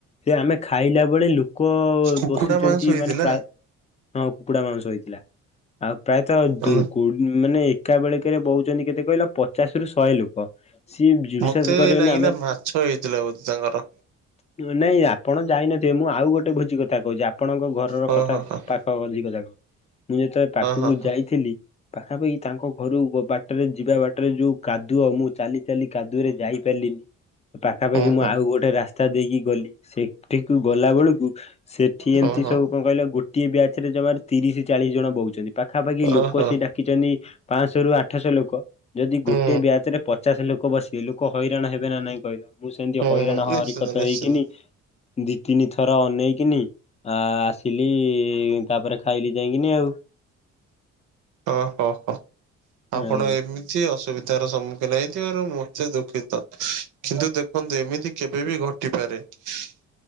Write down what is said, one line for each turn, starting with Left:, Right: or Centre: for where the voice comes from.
Left: ସେ ଆମେ ଖା ଖାଇଲା ବେଳେ ଲୋକ
Right: କୁକୁଡା
Left: ବସୁଛନ୍ତି
Right: ମାଂସ ହେଇଥିଲା
Left: ମାନେ ପ୍ରାୟ ହଁ କୁକୁଡା ମାଂସ ହେଇ ଆଉ ପ୍ରାୟତଃ ଦୁ
Right: ଉଁ
Left: ମାନେ ଏକା ବେଳେକେ ରେ ବଉଛନ୍ତି କେତେ କହିଲ ପଚାଶରୁ ଶହେ ଲୋକ ସିଏ ବିଶ୍ୱାସ
Right: ମତେ
Left: କରିବନି
Right: ଲାଗିଲା
Left: ଆମେ
Right: ମାଛ ହେଇଥିଲା ବୋଧେ ତାଙ୍କର।
Left: ନାଇଁ ଆପଣ ମୁଁ ଆଉ ଗୋଟେ ଭୋଜି କଥା କହୁଛି ଆପଣଙ୍କ ଘରର
Right: ହଁ
Left: କଥା
Right: ହଁ ହଁ
Left: ପାଖ ଭୋଜି କଥା କହୁନି। ମୁଁ ଯେତେବେଳେ ପାଖକୁ
Right: ହଁ ହଁ
Left: ଯାଇଥିଲି। ପାଖାପାଖି ତାଙ୍କ ଘରୁ ବାଟରେ ଯିବା ବାଟରେ ଯୋଉ କାଦୁଅ ମୁଁ ଚାଲି ଚାଲି କାଦୁଅରେ ଯାଇପାରି ପାଖାପାଖି
Right: ହଁ ହଁ
Left: ମୁଁ ଆଉ ଗୋଟେ ରାସ୍ତା ଦେଇକି ଗଲି। ସେଠିକୁ ଗଲା ବେଳକୁ ସେଠି
Right: ହଁ
Left: ଏମିତି
Right: ହଁ
Left: ସବୁ କଣ କହିଲ ଗୋଟିଏ ବ୍ୟାଚରେ ଜମାରେ ତିରିଶ ଚାଳିଶ ଜଣ ବହୁଛନ୍ତି ପାଖାପାଖି ଲୋକ
Right: ଓହୋ
Left: ସେ ଡାକିଛନ୍ତି ପାଞ୍ଚଶରୁ ଆଠଶହ ଲୋକ ଯଦି
Right: ହୁଁ
Left: ଗୋଟେ ବ୍ୟାଚରେ ପଚାଶ ଲୋକ ଲୋକ ବସିବେ ଲୋକ ହଇରାଣ ହେବେ ନା ନାଇଁ କହିଲ, ମୁଁ ସେମିତି
Right: ହୁଁ
Left: ହଇରାଣ
Right: ହୁଁ ନିଶ୍ଚିନ୍ତ
Left: ହରିକତ
Right: ନିଶ୍ଚିନ୍ତ
Left: ହେଇକିନି ଦି ତିନି ଥର ଅନେଇକିନି ଆ ଆସିଲି ତାପରେ ଖାଇଲି ଯାଇକିନି ଆଉ।
Right: ଓହୋ ହୋ
Left: ଆଉ
Right: ଆପଣ ଏମିତି ଅ ବିଧାର ସମ୍ମୁଖୀନ ହେଇଥିବାରୁ ମୋତେ ଦୁଃଖିତ କିନ୍ତୁ ଦେଖନ୍ତୁ ଏମିତି କେବେ ବିି ଘଟିପାରେ। <unintelligible>